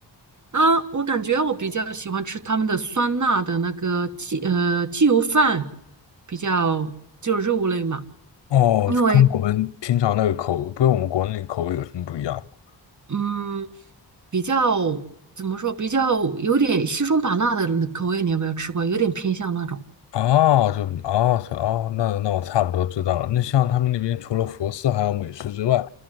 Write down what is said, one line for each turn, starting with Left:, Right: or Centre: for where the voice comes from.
Right: 啊，我感觉我比较喜欢吃他们的酸辣的那个呃鸡呃鸡油饭，比较就肉类嘛。
Left: 哦，
Right: 因为
Left: 跟我们平常那个口，跟我们国内口味有什么不一样吗？
Right: 嗯，比较怎么说，比较有点西双版纳的那口味，你有没有吃过？有点偏向那种，
Left: 哦，就哦是哦，那那我差不多知道了。那像他们那边除了佛寺还有美食之外，